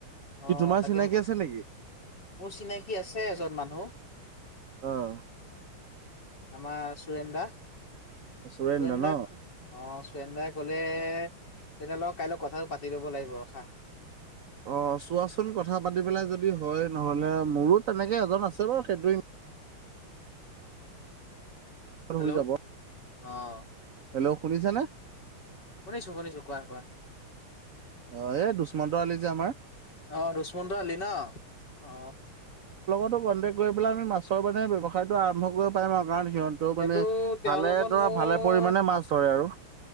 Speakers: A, on the right; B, on the left.
A: কি
B: অ
A: তোমাৰ
B: তাকে
A: চিনাকি
B: ম মোৰ
A: আছে নেকি?
B: চিনাকি আছে এজন মানুহ
A: আহ
B: আমাৰ চোৰেন্দা
A: সুৰেন্দ্ৰ
B: চোৰেন্দাক
A: ন?
B: অ ফ্ৰেণ্ডাই কলে তেনেলক কাইলৈ কথাটো পাতি ল'ব লাগিব ৰখা
A: অ চোৱাচোন কথা পাতি পেলাই যদি হয় নহলে মোৰো তেনেকে এজন আছে বাৰু সেইটো উ
B: হেল্ল'
A: হৈ যাব
B: অ
A: হেল্ল' শুনিছ নে
B: শুনিছো শুনিছো কোৱা কোৱা
A: অ এই দুষ্মন্ত আলি যে আমাৰ
B: আহ দুষ্মন্ত আলি ন অ
A: কন্টেক্ কৰি পেল আমি মাছৰ ব্যৱসায় টো আৰম্ভ কৰিব পাৰিম আৰু কাৰণ সিহঁতেও
B: কিন্তু
A: মানে
B: তেওঁৰ
A: ভালে
B: লগত
A: ধৰা
B: মোৰ
A: ভালে পৰিমে মাছ ধৰে আৰু